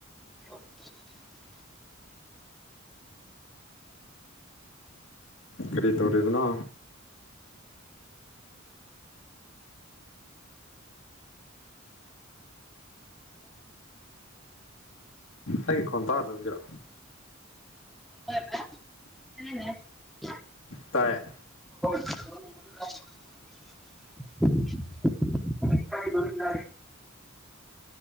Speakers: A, in the centre; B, on the left (about 70°).
A: <inaudible>
B: ꯀꯔꯤ ꯇꯧꯔꯤꯕꯅꯣ ꯑꯩ ꯈꯣꯟ ꯇꯥꯗꯕꯒꯤꯔꯣ
A: <inaudible>
B: ꯇꯥꯢꯌꯦ
A: <inaudible> <inaudible>